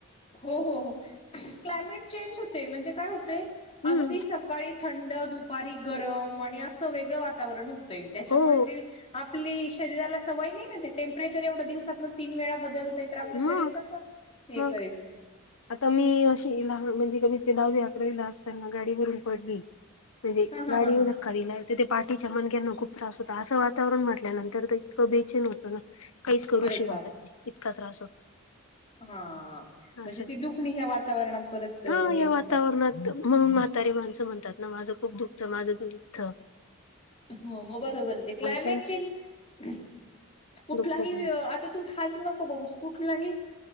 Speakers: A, on the left (about 25°); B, on the left (about 75°).
A: हो हो हो क्लायमेट चेंज होते म्हणजे काय होतय
B: हम्म
A: अगदी सकाळी थंड दुपारी गरम आणि असं वेगळं वातावरण होतंय त्याच्यामुळे
B: हो
A: ते आपली शरीराला सवय नाही ना ते टेम्परेचर एवढं दिवसात तीन वेळा बदलतय तर आपलं
B: मग
A: शरीर कसं ते
B: मग
A: करेल
B: आता मी अशी लहान म्हणजे कमीते दहावी अकरावी ला असताना गाडी भरून पडली म्हणजे
A: हा हा
B: गाडी
A: हा हा
B: कधला ते पाठीच्या मनक्यांना खूप त्रास होता असं वातावरण म्हटल्यानंतर तर इतकं बेचन होतं ना काहीच करू
A: अरे
B: शिकत
A: बाप
B: इतका त्रास होतो
A: हा म्हणजे
B: असं
A: ती दुखणी ह्या वातावरणात परत हे
B: हा या
A: होतात
B: वातावरणात म्हणून म्हातारी माणसं म्हणतात ना माझं खूप दुःखच माझं दुखत
A: हो मग बरोबर ते क्लायमेट
B: त्यांचं
A: चेंज कुठलाही
B: दुखतात ना.
A: आता तू हाच नको बघूस कुठलाही